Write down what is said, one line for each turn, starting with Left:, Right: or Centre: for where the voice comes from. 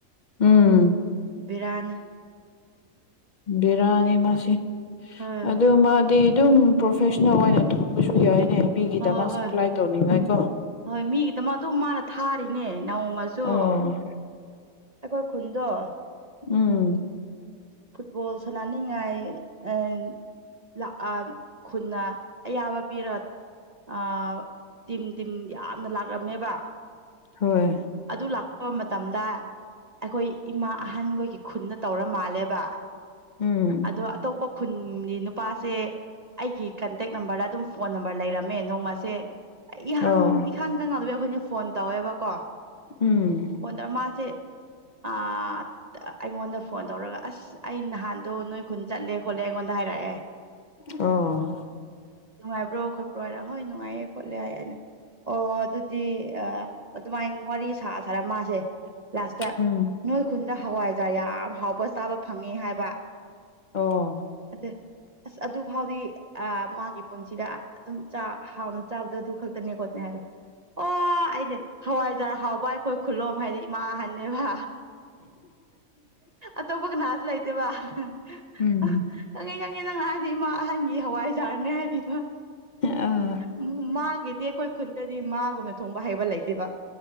Left: ꯎꯝ
Right: ꯕꯦꯔꯥꯅꯦ
Left: ꯕꯤꯔꯥꯅꯤ ꯃꯁꯤ
Right: ꯍꯣꯏ
Left: ꯑꯗꯨ ꯃꯥꯗꯤ ꯑꯗꯨꯝ ꯄ꯭ꯔꯣꯐꯦꯁꯅꯦꯜ ꯑꯣꯏꯅ ꯊꯣꯡꯕꯁꯨ ꯌꯥꯏꯅꯦ ꯃꯤꯒꯤꯗꯃꯛ
Right: ꯍꯣꯏ ꯍꯣꯏ
Left: ꯁꯄ꯭ꯂꯥꯏ ꯇꯧꯅꯤꯡꯉꯥꯏꯀꯣ
Right: ꯍꯣꯏ ꯃꯤꯒꯤꯗꯃꯛ ꯑꯗꯨꯝ ꯃꯥꯅ ꯊꯥꯔꯤꯅꯦ ꯅꯣꯡꯃꯁꯨ
Left: ꯑꯣ
Right: ꯑꯩꯈꯣꯏ ꯈꯨꯟꯗꯣ
Left: ꯎꯝ
Right: ꯐꯨꯠꯕꯣꯜ ꯁꯅꯥꯅꯤꯡꯉꯥꯏ ꯑꯥ ꯂꯥꯛꯑ ꯈꯨꯟꯅ ꯑꯌꯥꯕ ꯄꯤꯔ ꯑꯥ ꯇꯤꯝ ꯇꯤꯝ ꯌꯥꯝꯅ ꯂꯥꯛꯔꯝꯃꯦꯕ
Left: ꯍꯣꯏ
Right: ꯑꯗꯨ ꯂꯥꯛꯄ ꯃꯇꯝꯗ ꯑꯩꯈꯣꯏ ꯏꯃꯥ ꯑꯍꯟꯈꯣꯏꯒꯤ ꯈꯨꯟꯗ ꯇꯧꯔ ꯃꯥꯜꯂꯦꯕ
Left: ꯎꯝ
Right: ꯑꯗꯣ ꯑꯇꯣꯞꯄ ꯈꯨꯟꯒꯤ ꯅꯨꯄꯥꯁꯦ ꯑꯩꯒꯤ ꯀꯟꯇꯦꯛ ꯅꯝꯕꯔꯗ ꯑꯗꯨꯝ ꯐꯣꯟ ꯅꯝꯕꯔ ꯂꯩꯔꯝꯃꯦ ꯅꯣꯡꯃꯁꯦ ꯏꯍꯪ
Left: ꯑꯣ
Right: ꯏꯈꯪ ꯈꯪꯍꯧꯗꯕꯤ ꯑꯩꯈꯣꯏꯅ ꯐꯣꯟ ꯇꯧꯋꯦꯕꯀꯣ
Left: ꯎꯝ
Right: ꯍꯣꯟꯗ ꯃꯥꯁꯦ ꯑꯥ ꯑꯩꯉꯣꯟꯗ ꯐꯣꯟ ꯇꯧꯔꯒ ꯑꯁ ꯑꯩ ꯅꯍꯥꯟꯗꯣ ꯅꯣꯏ ꯈꯨꯟ ꯆꯠꯂꯦ ꯈꯣꯠꯂꯦ ꯑꯩꯉꯣꯟꯗ ꯍꯥꯏꯔꯛꯑꯦ
Left: ꯑꯣ
Right: ꯅꯨꯡꯉꯥꯏꯕ꯭ꯔꯣ ꯈꯣꯠꯄ꯭ꯔꯣ ꯍꯥꯏꯔ ꯍꯣꯏ ꯅꯨꯡꯉꯥꯏꯌꯦ ꯈꯣꯠꯂꯦ ꯍꯥꯏ ꯑꯣ ꯑꯗꯨꯗꯤ ꯑꯗꯨꯃꯥꯏꯅ ꯋꯥꯔꯤ ꯁꯥ ꯁꯥꯔꯥ ꯃꯥ ꯁꯦ ꯂꯥꯁꯇ
Left: ꯎꯝ
Right: ꯅꯣꯏ ꯈꯨꯟꯗ ꯍꯋꯥꯏꯖꯥꯔ ꯌꯥꯝ ꯍꯥꯎꯕ ꯆꯥꯕ ꯐꯪꯉꯦ ꯍꯥꯏꯕ
Left: ꯑꯣ
Right: ꯑꯗ ꯑꯁ ꯑꯗꯨ ꯐꯥꯎꯗꯤ ꯑꯥ ꯃꯥꯒꯤ ꯄꯨꯟꯁꯤꯗ ꯑꯗꯨꯝ ꯍꯥꯎꯅ ꯆꯥꯕꯗ ꯑꯗꯨ ꯈꯛ ꯇꯥꯅꯤ ꯈꯣꯠꯅꯦ ꯍꯥꯏꯔꯦ ꯑꯣ ꯑꯩꯅꯦ ꯍꯋꯥꯏꯖꯥꯔ ꯍꯥꯎꯕ ꯑꯩꯈꯣꯏ ꯈꯨꯂꯣꯝ ꯍꯥꯏꯗꯤ ꯏꯃꯥꯍꯟꯅꯦꯕ ꯑꯇꯣꯞꯄ ꯀꯅꯥꯁꯨ ꯂꯩꯇꯦꯕ ꯈꯪꯉꯦ
Left: ꯎꯝ
Right: ꯈꯪꯉꯦ ꯅꯪꯅ ꯍꯥꯏꯔꯗꯤ ꯏꯃꯥ ꯑꯍꯟꯒꯤ ꯍꯋꯥꯏꯖꯥꯔꯅꯦ ꯍꯥꯏꯗꯤꯕ
Left: ꯑꯥ
Right: ꯎꯝ ꯃꯥꯒꯤꯗꯤ ꯑꯩꯈꯣꯏ ꯈꯨꯟꯗꯗꯤ ꯃꯥꯒꯨꯝꯅ ꯊꯣꯡꯕ ꯍꯩꯕ ꯂꯩꯇꯦꯕ